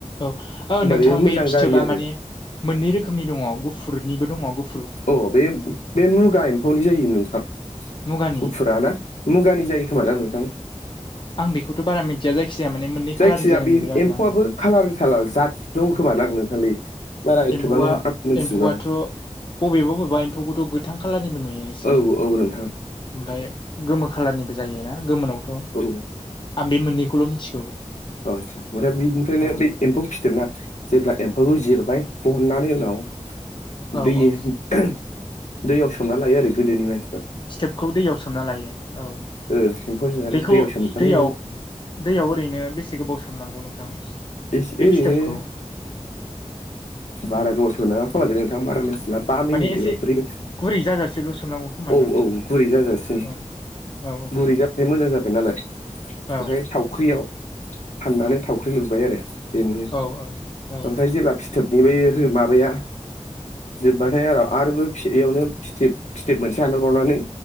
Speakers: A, on the left; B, on the left.
A: औ औ
B: होमबा
A: नोंथां
B: मोजां
A: बे फिथोबा
B: जायो आरो
A: माने मोननै रोखोमनि दङ गुफुरनिबो दङ गु
B: अ बे बे मुगा एम्फौनि जायो नोंथां
A: मुगानि
B: गुफुरा ना? मुगानि जायो खोमा दां नोंथां?
A: आं बेखौथ' बारा मिथिया जायखिजाया माने मोननै
B: जायखिजाया
A: खालारनि जानाय
B: बे
A: नुयो आरोना
B: एम्फौआबो
A: आङो।
B: खालार जाद दं खोमा दांं नों खालि बारा एथ'बां
A: एम्फौआ
B: मिथिजोब
A: एम्फौआथ'
B: आं।
A: बबेबा बबेबा एम्फौखौथ' गोथां खालारनिबो नुयो एसे।
B: औ
A: ओमफफ्राय
B: औ नोंथां
A: गोमो खाालारनिबो जायोोना गोमोनावथ'।
B: औ
A: आं बे मोननैखौल' मिथिगौ।
B: अ आस्सा ओमफ्राय बेनिफ्रायनो
A: औ
B: बै एम्फौ फिथोबना जेब्ला एम्फौखौ जिरबाय दिहननानै उनाव
A: औ
B: दै
A: औ
B: दैयाव सोमना लायो आरो गोदोनि मानसिफ्रा
A: पिथोबखौ दैयाव सोमना लायो औ
B: ओ एम्फौ जानानै
A: बेखौ
B: दैयाव सोमनानै
A: दैयाव दैयाव ओरैनो बेसे गोबाव सोमनांगौ नोंथां?
B: एसे
A: बे
B: आरैनो
A: फिथोबखौ
B: बारा गोबथ' सोनाङा खोमालै नोंथां बारा मिनथिलाब बा मिनिट
A: माने एसे
B: एबा ब्रै
A: गुरै जाजासेल' सोमनांगौ खोमादां
B: औ औ गुरै जाजासिम
A: औ औ
B: गुरै जाबथाय मोजां जाबाय नालाय
A: औ
B: ओमफ्राय थाव थावख्रियाव फाननानै थावख्रि लुबाय आरो बेनो
A: औ औ
B: ओमफ्राय जेब्ला फिथोबनि ब माबाया जोब्बाथाय आरो आरोबाव इयावनो फिथोब फिथोब मोनसे हानर बावनानै